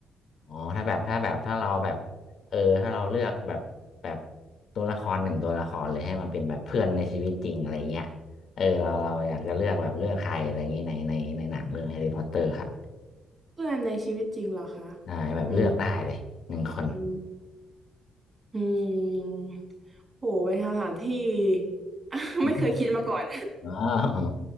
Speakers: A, on the left; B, on the right.
A: อ๋อถ้าแบบถ้าแบบถ้าเราแบบเออถ้าเราเลือกแบบแบบตัวละครหนึ่งตัวละครเลยให้มันเป็นแบบเพื่อนในชีวิตจริงอะไรเงี้ยเออเราเราอยากจะเลือกแบบเลือกใครอะไรอย่างงี้ในในในหนังเรื่องแฮร์รี่พอตเตอร์ครับ
B: เพื่อนในชีวิตจริงเหรอคะ
A: อ่า้แบบเลือกได้เลยหนึ่งคน
B: อืมอืมอืมโหเป็นคำถามที่ <laughs>
A: <laughs>
B: ไม่เคยคิดมาก่อน
A: อ๋ออ๋อ